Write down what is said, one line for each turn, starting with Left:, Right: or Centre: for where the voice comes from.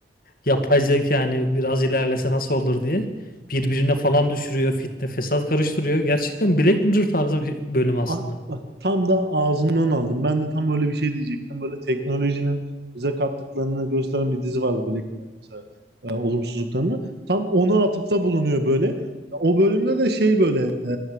Left: Yapay zeka yani biraz ilerlese nasıl olur diye birbirine falan düşürüyor, fitne, fesat karıştırıyor. Gerçekten Black Mirror tarzı bir bölüm aslında.
Right: A- Bak tam da ağzından aldım. Ben de tam öyle bir şey diyecektim. Böyle teknolojinin bize kattıklarını gösteren bir dizi vardı Black Mirror mesela. e, olumsuzluklarını. Tam ona atıfta bulunuyor böyle. O bölümde de şey böyle e,